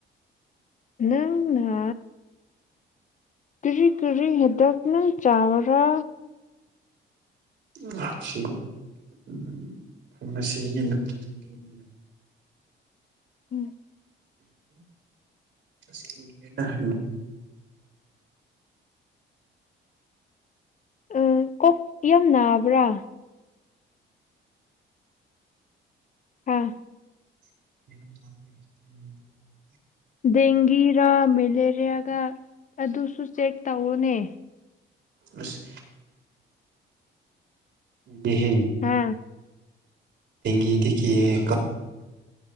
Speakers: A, on the left; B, on the right.
A: ꯅꯪꯅ ꯀꯔꯤ ꯀꯔꯤ ꯍꯤꯗꯥꯛꯅ ꯆꯕꯔꯥ
B: <unintelligible>
A: ꯎꯝ
B: <unintelligible>
A: ꯑ ꯀꯣꯛ ꯌꯥꯝ ꯅꯥꯕ꯭ꯔꯥ ꯑꯥ
B: <unintelligible>
A: ꯗꯦꯡꯒꯤꯔꯥ ꯃꯦꯂꯦꯔꯤꯌꯥꯒ ꯑꯗꯨꯁꯨ ꯆꯦꯛ ꯇꯧꯑꯣꯅꯦ
B: ꯑꯁ ꯕꯤꯍꯤ
A: ꯍꯥ
B: ꯗꯦꯡꯒꯤꯗꯤ ꯀꯤꯌꯦ ꯀꯣ